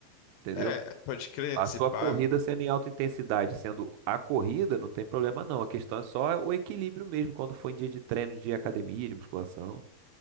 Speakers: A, on the right (about 80°); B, on the left (about 80°).
A: entendeu?
B: É, pode crer,
A: A
B: se
A: sua
B: pá.
A: corrida sendo em alta intensidade, sendo a corrida, não tem problema não. A questão é só o equilíbrio mesmo, quando for em dia de treino, de academia, de musculação.